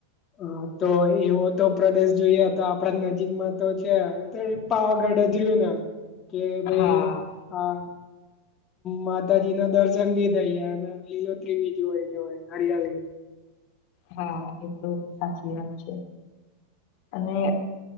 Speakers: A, on the left; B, on the left.
A: હા તો એવો તો પ્રદેશ જોઈએ તો આપડા નજીકમાં તો છે. પાગઢ હજર્યું ને કે ભાઈ
B: હા
A: હા માતાજી ના દર્શન ભી થઇ જાય અને લીલોત્રી બી જોવાય જવાય હરિયા આવે
B: હા એ તો સાચી વાત છે. અને